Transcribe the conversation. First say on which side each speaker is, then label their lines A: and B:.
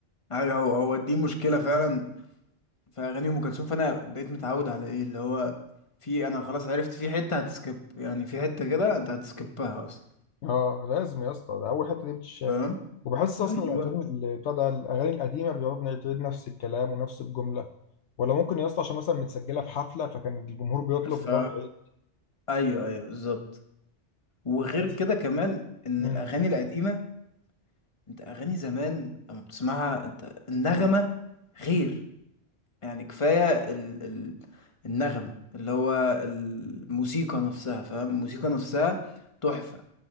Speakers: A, on the left; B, on the left.
A: حاجة أيوة، هو هو دي مشكلة فعلا في اغاني ام كلثوم فانا بقيت متعود على ايه اللي هو في انا خلاص عرفت في حتة هتسكيب يعني في حتة كده انت هتسكيبها اصلا
B: اه لازم يا اسطى ده اول حته دي بتتشال
A: فاهم
B: وبحس
A: ايوه
B: اصلا الافلام اللي بتاع ده الاغاني القديمه بيقعد نعيد نفس الكلام ونفس الجمله ولا ممكن يا اسطى عشان مثلا متسجله في حفله فكان الجمهور بيطلب
A: ف
B: بتقعد تعيد
A: ايوه ايوه بالظبط وغير
B: يعني مثلاً-
A: كده كمان ان
B: مم.
A: الاغاني القديمه انت اغاني زمان لما بتسمعها انت النغمه غير يعني كفايه ال... ال... النغمه اللي هو الموسيقى نفسها فاهم الموسيقى نفسها تحفه